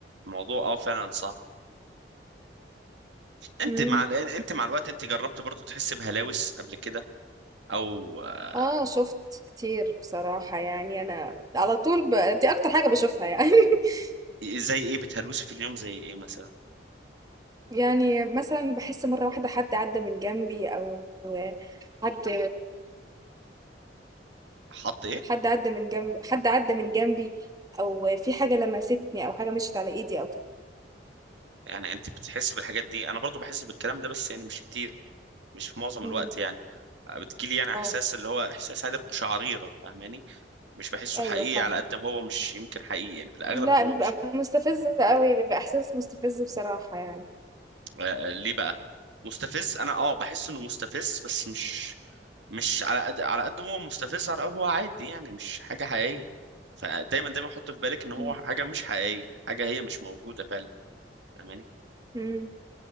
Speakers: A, on the right; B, on the right.
A: الموضوع اه فعلا صعب انت
B: مم.
A: مع ال- انت مع الوقت انت جربت برضو تحس بهلاوس قبل كده او آه،
B: اه شفت كتير بصراحه يعني انا على طول ب... دي اكتر حاجه بشوفها يعني <laughs>
A: زي ايه بتهلوسي في اليوم زي ايه مثلا
B: يعني مثلا بحس مره واحده حد عدى من جنبي او حد
A: حط ايه
B: حد عدى من جنب حد عدى من جنبي او في حاجه لمستني او حاجه مشيت على ايدي او كده
A: يعني انت بتحس بالحاجات دي انا برضو بحس بالكلام ده بس يعني مش كتير مش في معظم
B: مم.
A: الوقت يعني آه، بتجيلي يعني
B: اه
A: احساس اللي هو احساس هادئ قشعريرة فاهماني مش بحسه
B: ايوه
A: حقيقي
B: فاهمه
A: على قد ما هو مش يمكن حقيقي يعني في الاغلب
B: لا
A: هو
B: بيبقى
A: مش
B: مستفز قوي بيبقى احساس مستفز بصراحه يعني
A: آه، ليه بقى مستفز انا اه بحس انه مستفز بس مش مش على قد على قد هو مستفز على قد هو عادي يعني مش حاجة حقيقية فدايما دايما حط في بالك ان هو
B: مم.
A: حاجة مش حقيقية حاجة هي مش موجودة فعلا فاهماني
B: مم.